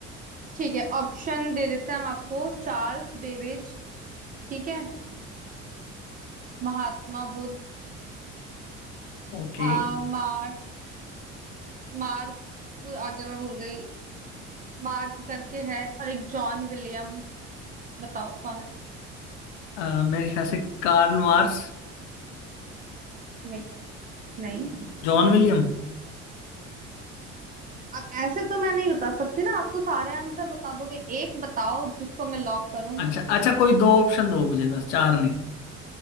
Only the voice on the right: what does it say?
ठीक है ऑप्शन दे देते हैं हम आपको चार्ल्स बेबेज ठीक है महात्मा बुद्ध
आ मार्क मार्क आगे मैं भूल गई मार्क करके है और एक जॉन विलियम बताओ कौन है
नहीं नहीं
अब ऐसे तो मैं नहीं बता सकती ना आप तो सारे आंसर बता दोगे एक बताओ जिसको मैं लॉक करूं